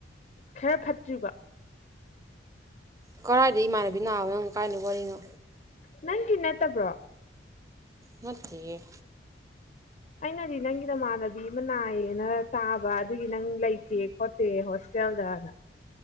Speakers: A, on the left (about 40°); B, on the right (about 15°).
A: ꯈꯔ ꯐꯠꯇ꯭ꯔꯤꯕ
B: ꯀꯔꯥꯏꯗꯩ ꯏꯃꯥꯟꯅꯕꯤ ꯅꯥꯕ ꯅꯪ ꯀꯥꯔꯏꯗꯩ ꯋꯥꯔꯤꯅꯣ
A: ꯅꯪꯒꯤ ꯅꯠꯇꯕ꯭ꯔꯣ
B: ꯅꯠꯇꯦꯌꯦ
A: ꯑꯩꯅꯗꯤ ꯅꯪꯒꯤ ꯅꯃꯥꯟꯅꯕꯤ ꯑꯃ ꯅꯥꯏꯌꯦꯅ ꯇꯥꯕ ꯑꯗꯨꯒꯤ ꯅꯪ ꯂꯩꯇꯦ ꯈꯣꯠꯇꯦ ꯍꯣꯁ ꯇꯦꯜꯗꯅ